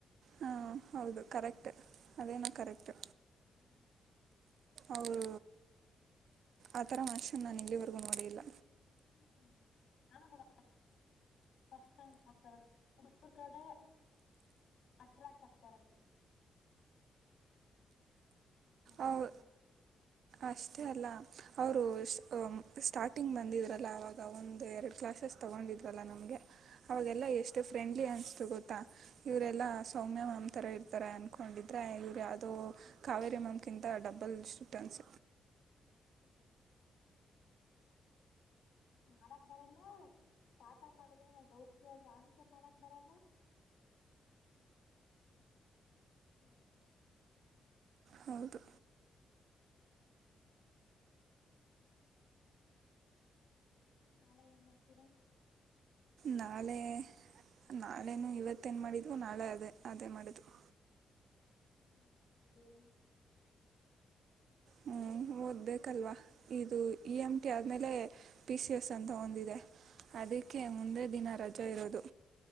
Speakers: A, on the right (about 70°); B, on the left (about 75°).
A: ಹಾ ಹೌದು ಕರೆಕ್ಟ್ ಅದೇನು ಕರೆಕ್ಟ್
B: ಹ್ಮ್
A: ಅವರು ಆತರ ಮನುಷ್ಯನ್ ನಾನು ಇಲ್ಲಿವರ್ಗೂ ನೋಡಿಲ್ಲ
B: ಹ್ಮ ನಾನು ಕೂಡ ಫಸ್ಟ್ ಟೈಮ್ ನೋಡ್ತಾರೋದು ಅವರದು ಕಡೆ ಅಟ್ರಾಕ್ಟ್ ಆಗ್ತಾ ಇರೋದು ಏನ್ ಪರವಾಗಿನ
A: ಅವು
B: ಅವರು
A: ಅಷ್ಟೇ ಅಲ್ಲ ಅವರು ಸ್ಟಾರ್ಟಿಂಗ್ ಬಂದಿದ್ರಲ್ಲ ಅವವಾಗ ಒಂದು ಎರಡು ಕ್ಲಾಸಸ್ ತೊಗೊಂಡಿದ್ರಲ್ಲ ನಮಗೆ ಅವಾಗೆಲ್ಲಾ
B: ಏನೋ
A: ಎಷ್ಟು ಫ್ರೆಂಡ್ಲಿ ಅನ್ತ ಗೊತ್ತಾ ಇವರೆಲ್ಲಾ ಸೌಮ್ಯ ಮಾಮತಾರ ಇರ್ತಾರೆ ಅನ್ಕೊಂಡಿದ್ರೆ ಇವ್ರು ಯಾವ್ದೋ ಕಾವೇರಿ ಮಾಮ ಒಂದ ಕಿಂತ ಡಬ್ಬಲ್ ತೇಟನ್ಸ
B: ಹ್ಮ್ ಏನ್ ಮಾಡಕ್ ಬರಲ್ಲ ಪಾಠ ಮಾಡದ್ರೆ ನಾವು ಡೌಟ್ ಕೇಳಿದ್ರೆ ಆನ್ಸರ್ ಮಾಡಕ್ ಬರಲ್ಲ ಹತ ಅಂಗ್ರ
A: ಹೌದು
B: ಇಬರು ನಾಳೇ ಏನ್ ಮಾಡ್ತೀರ
A: ನಾಳೆ ನಾಳೆ ಇವತ್ತೇನು ಮಾಡಿದ್ವು ನಾಳೆ ಅದೇ ಅದೇ ಮಾಡಿದ್ವು
B: ಹ್ಮರನು
A: ಹ್ಮ್ ಓದ್ಬೇಕಲ್ವಾ ಇದು ಇ ಎಂ ಟಿ ಆದ್ಮೇಲೆ ಪಿ ಸಿ ಎಸ್ ಅಂತ ಒಂದಿದೆ ಅದಕ್ಕೆ ಮುಂದೆ ದಿನ ರಜೆ ಇಷ್ಟ ಇರೋದು